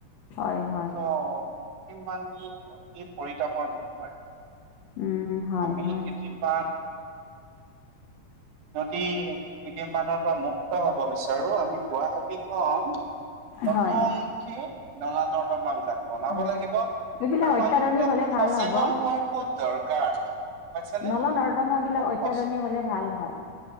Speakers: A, on the left; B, on the right.
A: হয় হয়
B: অঁ কৃত্ৰিম বান্ধটো অতি পৰিতাপৰ বিষয়।
A: উম হয়
B: আমি
A: হয়
B: কেতিয়াবা- নদী- কৃত্ৰিম বানৰ পৰা মুক্ত হব বিচাৰো। আমি গুৱাহাটীখন নতুন-
A: হয়
B: সেই নলা নৰ্দমা বিলাক- বনাব
A: হয়
B: লাগিব আৰু
A: এইবিলাক অত্যাধুনিক
B: মানুহ বিলাকো
A: হ'লে ভাল
B: সচেতন
A: হ'ব
B: হোৱাৰ খুব দৰকাৰ। গম পাইছানে
A: নল নৰ্দমা বিলাক
B: খুব
A: অত্যাধুনিক হলে ভাল হয়।